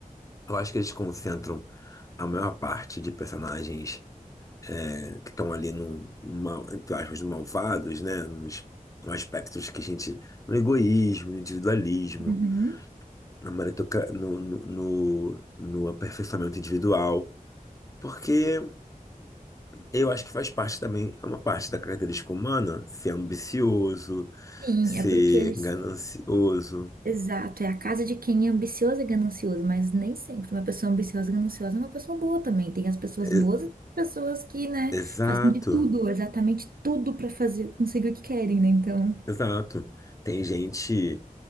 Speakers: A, on the left (about 20°); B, on the right (about 80°).
A: Eu acho que eles concentram a maior parte de personagens é, que estão ali no, mal, entre aspas, malvados, né? Nos, nos aspectos que a gente. No egoísmo, no individualismo,
B: Uhum.
A: na maritoca, no, no, no, no aperfeiçoamento individual. Porque eu acho que faz parte também, é uma parte da característica humana ser ambicioso,
B: Sim,
A: ser
B: é porque eles.
A: ganancioso.
B: Exato, é a casa de quem é ambicioso e ganancioso, mas nem sempre. Uma pessoa ambiciosa e gananciosa é uma pessoa boa também. Tem as pessoas
A: E-
B: boas e tem pessoas que, né,
A: Exato.
B: fazem de tudo, exatamente tudo pra fazer, conseguir o que querem, né? Então.
A: Exato. Tem gente,